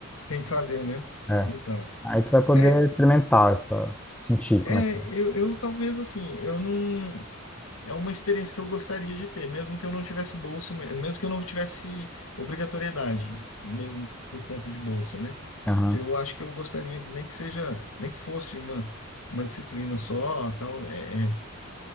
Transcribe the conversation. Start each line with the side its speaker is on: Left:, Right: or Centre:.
Left: tem que fazer, né?
Centre: É.
Left: Então,
Centre: Aí tu vai poder
Left: é,
Centre: experimentar essa, sentir como
Left: é
Centre: é que é.
Left: eu, eu talvez assim, eu não. É uma experiência que eu gostaria de ter, mesmo que eu não tivesse bolsa, me- mesmo que eu não tivesse obrigatoriedade, mesmo por conta de bolsa, né?
Centre: Aham,
Left: Eu acho que eu gostaria, nem que seja, nem que fosse uma, uma disciplina só, tal, é, é,